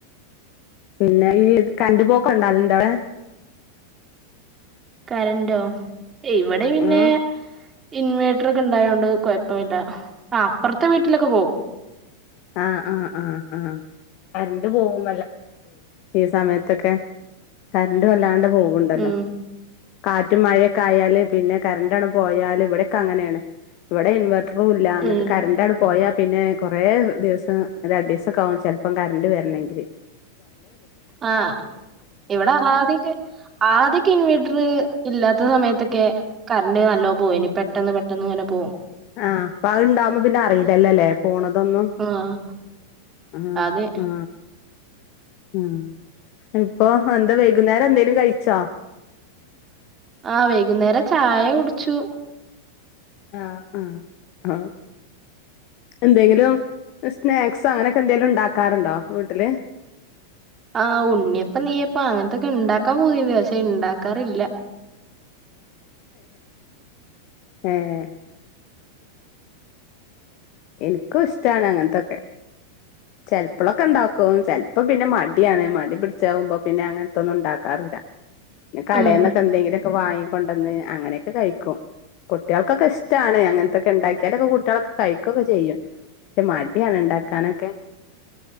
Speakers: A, on the left (about 40°); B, on the right (about 25°).
A: പിന്നെ ഈ കരന്റ് പോക്ക് ഉണ്ടാകല് ഉണ്ടോ അവിടെ
B: കറണ്ട് ഓ ഏ ഇവിടെ പിന്നെ
A: ആഹ്
B: ഇൻവേർട്ടർ ഒക്കെ ഇണ്ടായോണ്ട് കുഴപ്പമില്ല ആ അപ്പുറത്തെ വീട്ടിലൊക്കെ പോവും
A: ആ ആ ആ ആ കറണ്ട്പോകും ഈ സമയത്തൊക്കെ കറണ്ട് വല്ലാണ്ട്- പോവണ്ടല്ലോ
B: ഉം
A: കാറ്റുംമഴയൊക്കെ ആയാല് പിന്നെ കരണ്ട് ആണ്ട് പോയാല് ഇവിടെ ക്കെ അങ്ങനെയാണ് ഇവിടെ ഇൻവട്ടർ- റും ഇല്ല
B: ഉം
A: <inaudible> കറണ്ട് അങ്ങ് പോയാൽ പിന്നെ കുറേ ദിവസം രണ്ടു ദിവസം ഒക്കെ ആകും ചിൽപ്പംകറണ്ട് വരണമെങ്കില്
B: ആ ഇവിടെ <unintelligible> ആദ്യക്കെ ഇൻവേർട്ടർ- ഇല്ലാത്ത സമയത്തൊക്കെ- കറണ്ട് നല്ലോ പോയിപെട്ടെന്ന് പെട്ടെന്ന് ഇങ്ങനെ പോവും
A: ആഇപ്പഅഹ്ഇണ്ടാവുമ്പോ പിന്നെ അറിയില്ലല്ലല്ലേ പോണതൊന്നും
B: ആഹ്
A: ആ
B: അതെ
A: ആ ഉ ഇപ്പൊ എന്താ വൈകുന്നേരം എന്തേലും കഴിച്ചോ
B: ആവൈകുന്നേരം ചായ കുടിച്ചു
A: ആ ആ ആ എന്തെങ്കിലും സ്നാക്സോ അങ്ങനെയൊക്കെ എന്തെങ്കിലും ഉണ്ടാക്കാറുണ്ടോ വീട്ടില്
B: ആ ഉണ്ണിയപ്പം നെയ്യപ്പം അങ്ങനത്തൊക്കെ ഉണ്ടാക്കാൻ പൂ തിണ്ട് പക്ഷേ ഇണ്ടാക്കാറില്ല
A: ഏ ഇനിക്കും ഇഷ്ടാണ് അങ്ങനത്തൊക്കെ ചെലപ്പോളൊക്കെ ഉണ്ടാക്കും ചെലപ്പോം പിന്നെ മടിയാണ് മടി പിടിച്ചാവുമ്പോ പിന്നെ അങ്ങനത്തൊന്നും ഉണ്ടാക്കാറില്ല പിന്നെ കടയിന്നൊക്കെ
B: ഉം
A: എന്തെങ്കിലൊക്കെ വാങ്ങ കൊണ്ടന്ന് അങ്ങനെയൊക്കെ കഴിക്കും കുട്ടികൾക്കൊക്കെ ഇഷ്ടാണ് അങ്ങനത്തൊക്കെ ഉണ്ടാക്കിയാലൊക്കെ കുട്ടികളൊക്കെ കഴിക്കും കഴിക്കുക ഒക്കെ ചെയ്യും പക്ഷെ മടിയാണ്ഉണ്ടാക്കാനൊക്കെ